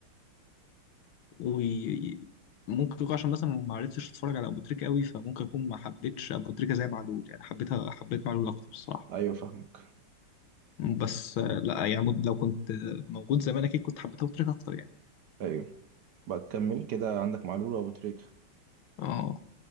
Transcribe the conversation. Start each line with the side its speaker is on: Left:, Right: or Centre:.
Left: وممكن يكون عشان مثلا ما عرفتش اتفرج على ابو تريكة قوي فممكن اكون ما حبيتش ابو تريكة زي معلول يعني حبيتها حبيت معلول اكتر الصراحة
Right: ايوه فاهمك
Left: بس آه، لا يعني مد- لو كنت آه، موجود زمان اكيد كنت حبيت ابو تريكة اكتر يعني
Right: ايوه بكمل كده عندك معلول وابو تريكه
Left: اه